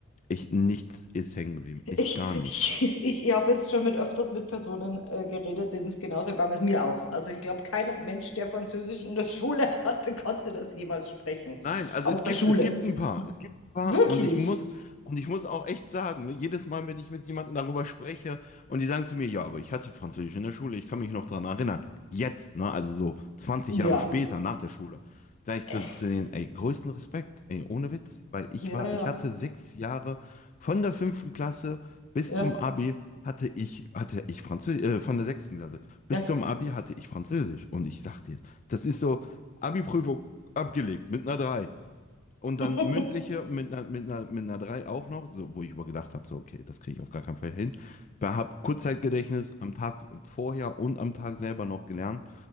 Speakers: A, on the left (about 35°); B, on the left (about 75°).
A: ich, nichts ist hängen geblieben. Ich
B: Ich,
A: gar
B: ich,
A: nichts.
B: ich habe jetzt schon mit öfters mit Personen äh, geredet, denen es genauso gegangen ist, mir auch. Also ich glaube, kein Mensch, der Französisch in der Schule <laughs> hatte, konnte das jemals sprechen.
A: Nein, also
B: Aus
A: es gibt,
B: der Schule.
A: es gibt ein paar. Es gibt ein paar
B: Wirklich?
A: und ich muss, und ich muss auch echt sagen, ne, jedes Mal, wenn ich mit jemandem darüber spreche und die sagen zu mir, ja, aber ich hatte Französisch in der Schule, ich kann mich noch daran erinnern. Jetzt, ne, also so zwanzig
B: Ja.
A: Jahre später, nach der Schule, da ich
B: Äh,
A: zu, zu denen, ey, größten Respekt, ey, ohne Witz, weil ich
B: Ja,
A: war,
B: ja,
A: ich hatte sechs Jahre von der fünften Klasse bis
B: ja,
A: zum Abi hatte ich, hatte ich Französisch, äh, von der sechsten Klasse bis
B: ja.
A: zum Abi hatte ich Französisch. Und ich sag dir, das ist so, Abi-Prüfung Abgelegt, mit einer drei Und dann
B: <laughs>
A: mündliche mit einer, mit einer, mit einer 3 auch noch, so, wo ich übergedacht habe, so, okay, das kriege ich auf gar keinen Fall hin. Ich habe Kurzzeitgedächtnis am Tag vorher und am Tag selber noch gelernt.